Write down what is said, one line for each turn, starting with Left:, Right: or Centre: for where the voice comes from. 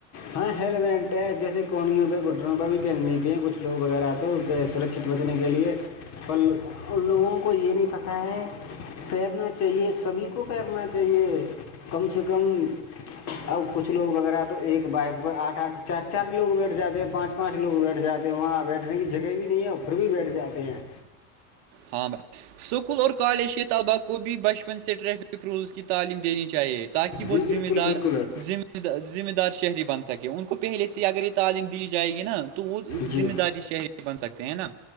Left: ہاں ہیلمٹ ہے جیسے کونیوں پہ گٹنوں پہ بھی پہن لیتی ہیں کچھ لوگ وغیرہ تو کے سرکچھت بچنے کے لیے ان لوگوں کو یہ نہیں پتا ہے پیرنا چاہیے سبھی کو پیرنا چاہے سے یہ کم سے کم اب کچھ لوگ وغیرہ تو ایک بائک پر آٹھ آٹھ چ چار لوگ بیٹھ جاتے پانچ پانچ لوگ بیٹھ جاتے ہیں وہاں بیٹھنے کی جگہ بھی نہیں ہے پھر بھی بیٹھ جاتے ہیں
Right: ہاں میں اسکول اور کالج کے طلباء کو بھی بچپن سے ٹریفک رولز کی تعلیم دینی چاہیے تاکہ
Left: جی
Right: وہ
Left: بالکل
Right: ذمہ دار
Left: بالکل
Right: ذمہ ذمہ دار شہری بن سکے ان کو پہلے سے اگر یہ تعلیم دی جائے گی نا تو وہ
Left: جی
Right: ذمہ داری شہری بن سکتے ہیں نا